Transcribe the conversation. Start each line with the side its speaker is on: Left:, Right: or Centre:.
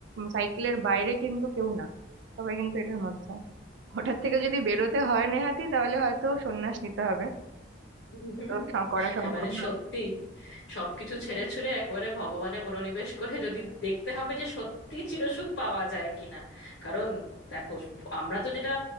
Right: সাইকেলের বাইরে কিন্তু কেউ না সবাই কিন্তু এটার মধ্যে ওটার থেকে যদি বেরোতে হয় নেহাতি তাহলে হয়তো সন্ন্যাস নিতে হবে
Left: <laughs>
Right: তো স- করা সম্ভব
Left: এবারে
Right: নয়
Left: সত্যি সবকিছু ছেড়ে ছুড়ে একবারে ভগবানে মনোনিবেশ করে যদি দেখতে হবে যে সত্যি চিরসুখ পাওয়া যায় কিনা কারণ দেখো আমরা তো যেটা